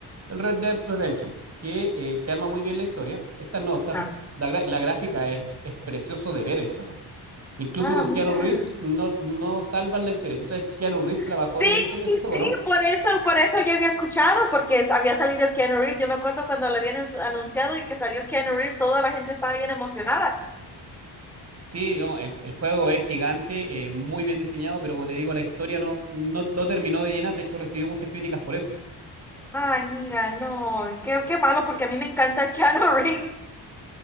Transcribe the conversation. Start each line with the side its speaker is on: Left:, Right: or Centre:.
Right: el Red Dead Redemption, que eh, te arma muy bien la historia. Esta no, esta,
Centre: Ajá.
Right: la, gra- la gráfica es, es precioso de ver el juego. Incluso
Centre: Ah,
Right: con
Centre: mira.
Right: Keanu Reeves no, no salvan la historia. Tú sabes que Keanu Reeves trabajó
Centre: Sí,
Right: en el diseño de ese
Centre: sí,
Right: juego, ¿no?
Centre: por eso, por eso ya había escuchado, porque es- había salido Keanu Reeves. Yo me acuerdo cuando lo habían ansu- anunciado y que salió Keanu Reeves, toda la gente estaba bien emocionada.
Right: Sí, no, el, el juego es gigante, eh, muy bien diseñado, pero como te digo, la historia no, no, no terminó de llenar. De hecho, recibió muchas críticas por eso. <laughs>
Centre: Ay, mira, no, qué, qué malo, porque a mí me encanta <laughs> Keanu Reeves.